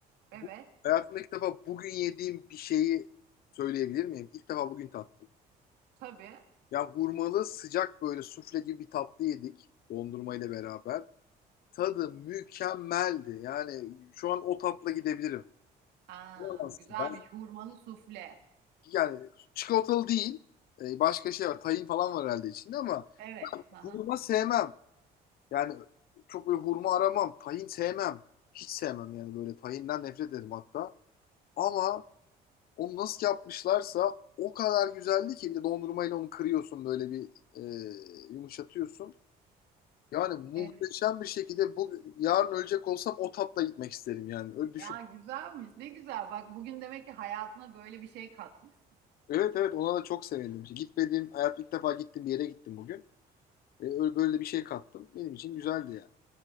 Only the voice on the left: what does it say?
Bu, hayatımda ilk defa bugün yediğim bir şeyi söyleyebilir miyim? İlk defa bugün tattım.
Ya hurmalı sıcak böyle sufle gibi bir tatlı yedik dondurma ile beraber. Tadı mükemmeldi. Yani şu an o tatla gidebilirim.
İnanamazsın.
Ben
yani çikolatalı değil. e, Başka şey var. Tahin falan var herhalde içinde ama
Hurma sevmem. Yani çok böyle hurma aramam. Tahin sevmem. Hiç sevmem yani böyle tahinden nefret ederim hatta. Ama onu nasıl yapmışlarsa o kadar güzeldi ki bir de dondurmayla onu kırıyorsun böyle bir e, yumuşatıyorsun. Yani
muhteşem bir şekilde bu yarın ölecek olsam o tatla gitmek isterim yani. Öyle düşün.
Evet evet ona da çok sevindim. İşte gitmediğim hayat ilk defa gittim bir yere gittim bugün. E, öyle böyle bir şey kattım. Benim için güzeldi yani.